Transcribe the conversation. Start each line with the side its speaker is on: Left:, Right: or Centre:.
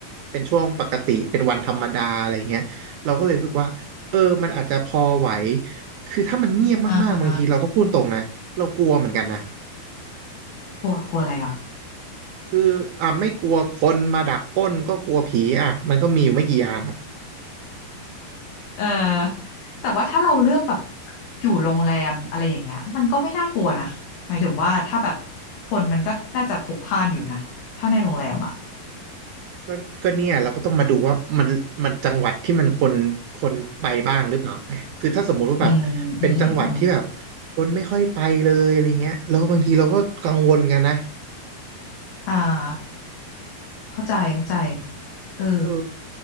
Right: เป็นช่วงปกติเป็นวันธรรมดาอะไรเงี้ยเราก็เลยรู้สึกว่าเออมันอาจจะพอไหวคือถ้ามันเงียบมากๆบางทีเราก็พูดตรงนะเรากลัวเหมือนกันนะ
Left: อ่าฮะกลัวกลัวอะไรอ่ะ
Right: คืออ่ะไม่กลัวคนมาดักปล้นก็กลัวผีอ่ะมันก็มีอยู่ไม่กี่อย่าง
Left: เออแต่ว่าถ้าเราเลือกแบบอยู่โรงแรมอะไรอย่างเงี้ยมันก็ไม่น่ากลัวนะหมายถึงว่าถ้าแบบคนมันก็น่าจะพลุกพล่านอยู่นะถ้าในโรงแรมอ่ะ
Right: ก็ก็เนี่ยเราก็ต้องมาดูว่ามันมันจังหวัดที่มันคนคนไปบ้างหรือเปล่าไงคือถ้าสมมุติว่าแบบเป็นจังหวัดที่แบบ
Left: อืมอืมอืมอืมอม
Right: คนไม่ค่อยไปเลยอะไรเงี้ยแล้วบางทีเราก็กังวลกันนะ
Left: อ่าเข้าใจเข้าใจเออ
Right: เออ